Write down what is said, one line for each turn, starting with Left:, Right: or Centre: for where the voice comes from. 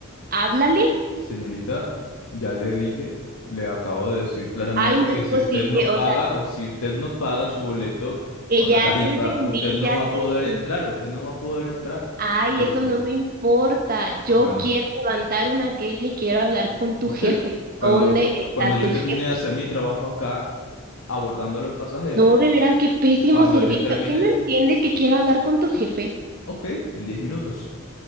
Right: háblale.
Left: señorita, ya le dije, le acabo de decir claramente
Right: Ay, no
Left: que
Right: es
Left: si
Right: posible,
Left: usted no
Right: o
Left: paga
Right: sea,
Left: o si usted no paga su boleto
Right: que
Left: con
Right: ya
Left: la tarifa,
Right: te entendí,
Left: usted no
Right: ya
Left: va a
Right: te
Left: poder
Right: entendí.
Left: entrar, usted no va a poder entrar
Right: Ay,
Left: al
Right: eso
Left: vuelo.
Right: no me importa. Yo
Left: Bueno,
Right: quiero levantar una queja y quiero hablar con tu
Left: ok.
Right: jefe.
Left: Cuando,
Right: ¿Dónde está
Left: cuando yo
Right: tu
Left: termine
Right: jefe?
Left: de hacer mi trabajo acá abordando a los pasajeros,
Right: No, de veras, qué pésimo
Left: cuando
Right: servicio.
Left: yo termine,
Right: ¿Qué no entiendes que quiero hablar con tu jefe?
Left: ok, en 10 minutos.